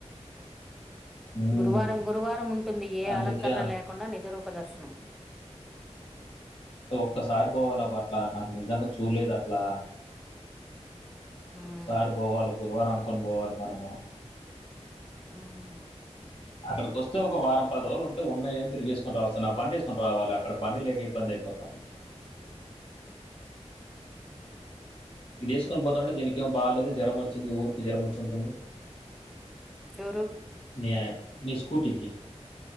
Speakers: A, on the left (about 50°); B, in the centre.
A: మ్మ్.
B: గురువారం గురువారం ఉంటుంది ఏ
A: అందుకే
B: అలంకరణ లేకుండా నిజరుప్ ప దర్శనం
A: ఒక్కసారి పోవాలబ్బ అట్లా నాకు నిజంగా చూడలేదు అట్లా
B: ఉమ్
A: సారి పోవాలే గురవారం అనుకొని పోవాలే మనము
B: మ్
A: అక్కడికోస్తె ఒక వారం పది రోజలు ఉంటే ఉన్నాయే తిరిగేసుకోని రావచ్చు నా బండేసుకోని రావాలి అక్కడ బండి లేక ఇబ్బందైపో తంది ఇది వేసుకొని పోదమంటే దీనికి ఏం బాగాలేదు జ్వరం వచ్చింది ఊరికి జ్వరం వచ్చి ఉంటుంది
B: ఎవరు
A: ఏ మీ స్కూటీకి